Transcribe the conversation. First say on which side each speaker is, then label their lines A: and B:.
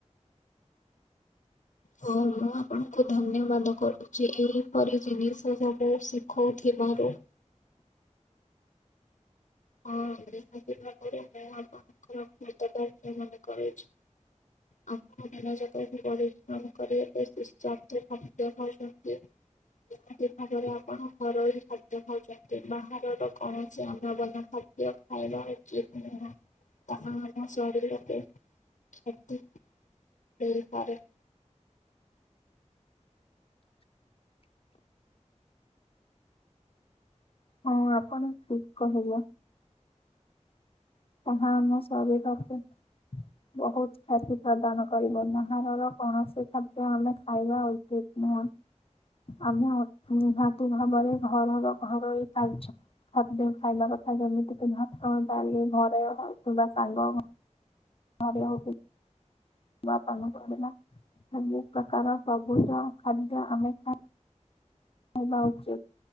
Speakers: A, on the left (about 80°); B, on the left (about 50°).
A: ହଁ ମୁଁ ଆପଣଙ୍କୁ ଧନ୍ୟବାଦ କରୁଛି ଏହିପରି ଜିନିଷ ସବୁ ଶିଖଉଥିବାରୁ। ହଁ <inaudible> ମୁଁ ଆପଣ ଙ୍କ ପ୍ରକୃତ <unintelligible> ମାନେ କରୁଛି। ଆଣ ମ <inaudible> ଯ ପରିଶ୍ରମ କରି ଖା୍ୟ ଖାଉଛନ୍ତି ଯେମତି ଭାବରେ ଆପଣ ଘରୋଇ ଖାଦ୍ୟ ଖାଉଛନ୍ତି ବାହାରର କୌଣସି ଅନାବନା ଖାଦ୍ୟ ଖାଇବା ଉଚିତ ନୁହେଁ ତାହା ଆମ ଶରୀରରେ ସେଠି ଖେଳି ପରେ
B: ହଁ ଆପଣ ଠିକ କହିଲେ। ତାହା ଆମୋ ଶରୀରକୁ ବହୁତ କ୍ଷତି ପ୍ରଦାନ କରିବ ବାହାରର କୌଣସି ଖାଦ୍ୟ ଆମେ ଖାଇବା ଉଚିତ୍ ନୁହଁ। ଆମେ ନିହାତି ଭାବରେ ଘରର ଘରୋଇ ଖାଦ୍ୟ। ସାତଦିନ ଖାଇବା କଥା ଯେମିତି କି ଭାତ ଡାଲି ଘରେ କିମ୍ବା ଶାଗ ଘରେ ହେଉକି ବା ପଡ଼ିଲ ସବୁ ପ୍ରକାର ସବୁଜ ଖାଦ୍ୟ ଆମେ ଖ ହେବା ଉଚିତ।